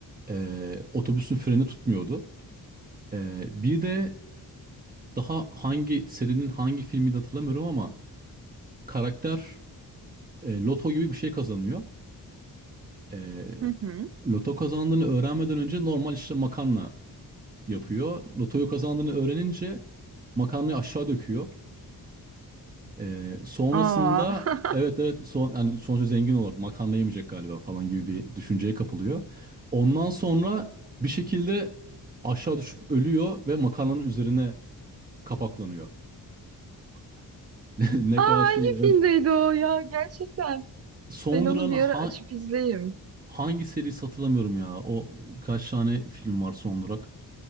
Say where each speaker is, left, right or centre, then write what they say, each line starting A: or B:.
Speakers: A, on the right; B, on the right.
A: Ee, otobüsün freni tutmuyordu. Ee, bir de Daha hangi serinin hangi filmi de hatırlamıyorum ama karakter e, loto gibi bir şey kazanıyor. E,
B: Hı hı.
A: loto kazandığını öğrenmeden önce normal işte makarna yapıyor. Lotoyu kazandığını öğrenince makarnayı aşağı döküyor. E, sonrasında
B: Aa. <laughs>
A: evet evet son, yani sonuçta zengin olarak makarna yemeyecek galiba falan gibi bir düşünceye kapılıyor. Ondan sonra bir şekilde aşağı düşüp ölüyor ve makarnanın üzerine kapaklanıyor. <laughs> Ne
B: Aa
A: kadar şey
B: hangi
A: evet.
B: filmdeydi o ya? Gerçekten.
A: Sondra'nın
B: Ben onu bir
A: ha
B: ara açıp izleyeyim.
A: Hangi serisi hatırlamıyorum ya. O kaç tane film var son durak.